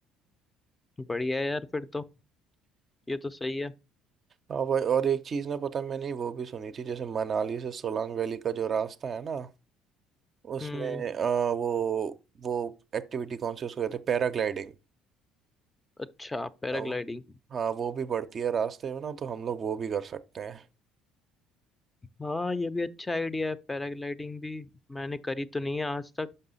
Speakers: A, on the left; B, on the right.
A: बढ़िया है यार फिर तो ये तो सही है
B: हाँ भाई और एक चीज़ ना पता है, मैंने वो भी सुनी थी जैसे मनाली से सोलांग वैली का जो रास्ता है ना उसमें
A: हम्म
B: अ, वो वो एक्टिविटी कौन सी उसको कहते हैं पैराग्लाइडिंग
A: अच्छा पैराग्लाइडिंग
B: अब हाँ वो भी बढ़ती है रास्ते में ना तो हम लोग वो भी कर सकते हैं
A: हाँ ये भी अच्छा आइडिया है पैराग्लाइडिंग भी मैंने करी तो नहीं है आज तक